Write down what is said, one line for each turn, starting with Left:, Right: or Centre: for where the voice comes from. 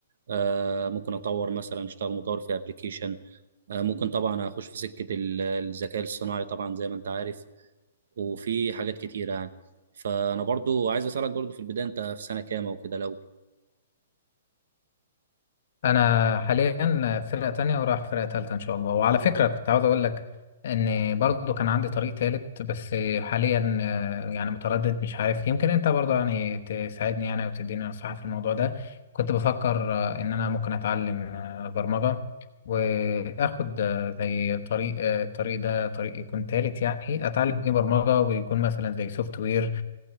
Right: آه، ممكن اطور مثلا اشتغل مطور في ابلكيشن آه، ممكن طبعا اخش في سكه ال- الذكاء الصناعي طبعا زي ما انت عارف وفي حاجات كتيره يعني فانا برضو عايز اسالك برضو في البدايه انت في سنه كام وكده لو
Left: انا حاليا فرقه تانية ورايح فرقه تالتة ان شاء الله وعلى فكره كنت عاوز اقول لك ان برضو كان عندي طريق تالت بس حاليا آه، يعني متردد مش عارف يمكن انت برضو يعني تساعدني يعني وتديني نصيحه في الموضوع ده كنت بفكر آه، ان انا ممكن اتعلم آه، برمجه واخد آه، زي طريق آه، الطريق ده طريق يكون تالت يعني اتعلم فيه برمجه ويكون مثلا زي سوفت وير